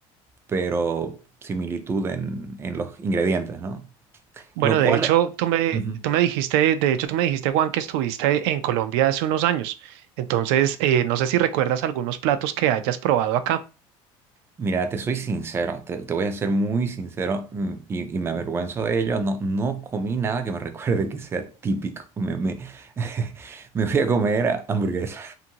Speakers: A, on the right; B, on the right.
A: pero similitud en, en los ingredientes, ¿no?
B: Bueno,
A: Lo
B: de
A: cual,
B: hecho, tú me,
A: ujú,
B: tú me dijiste, de hecho, tú me dijiste, Juan, que estuviste en Colombia hace unos años. Entonces, eh, no sé si recuerdas algunos platos que hayas probado acá.
A: mira, te soy sincero, te, te voy a ser muy sincero mm, y, y me avergüenzo de ello, no, no comí nada que me <laughs> recuerde que sea típico, me, me, <laughs> me fui a comer hamburguesa. <laughs>